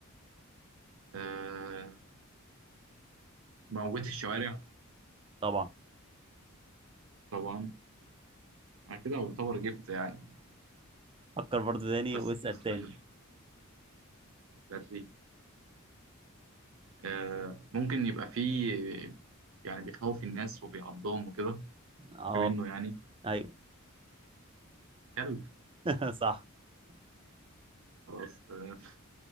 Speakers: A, on the right; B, on the right.
A: آه موجود في الشوارع
B: طبعا
A: طبعا أنا كده أعتبر جبت يعني
B: فكر برضو تاني
A: بس
B: واسأل
A: استنى
B: تاني
A: بري آه ممكن يبقى فيه يعني بيخوف الناس وبيعضهم وكده
B: اه
A: في منه يعني
B: ايوه
A: كلب
B: <laughs> صح <laughs>
A: خلاص آه